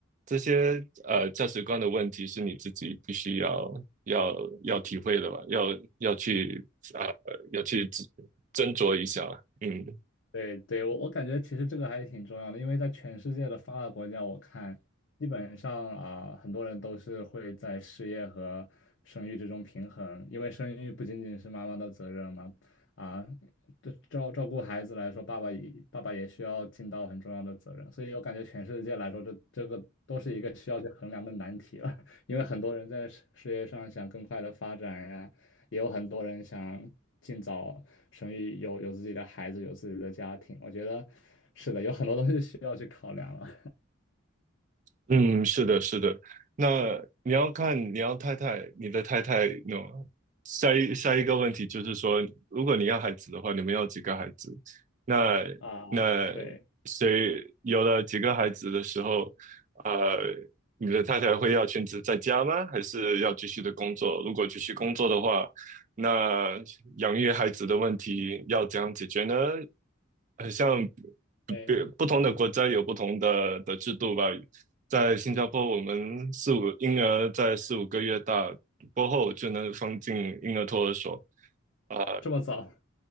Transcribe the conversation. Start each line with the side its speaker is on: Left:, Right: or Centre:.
Right: 这些呃价值观的问题是你自己必须要要要体会的吧，要要去啊、呃要去斟斟酌一下，嗯。
Left: 对对，我我感觉其实这个还挺重要的，因为在全世界的发达国家，我看基本上啊，很多人都是会在事业和生育之中平衡，因为生育不仅仅是妈妈的责任嘛，啊，对照照顾孩子来说，爸爸也爸爸也需要尽到很重要的责任，所以我感觉全世界来说，这这个都是一个需要去衡量的难题了，<laughs> 因为很多人在事事业上想更快的发展呀。也有很多人想尽早生育，有有自己的孩子，有自己的家庭。我觉得是的，有很多东西需要去考量了
Right: 嗯，是的，是的。那你要看你要太太，你的太太那下一下一个问题就是说，如果你要孩子的话，你们要几个孩子？那那
Left: <laughs> 啊。对，
Right: 谁有了几个孩子的时候，呃，你的太太会要全职在家吗？还是要继续的工作？如果继续工作的话，那养育孩子的问题要怎样解决呢？很像
Left: 对，
Right: 别不同的国家有不同的的制度吧。在新加坡，我们四五婴儿在四五个月大过后就能放进婴儿托儿所。啊、
Left: 这么早，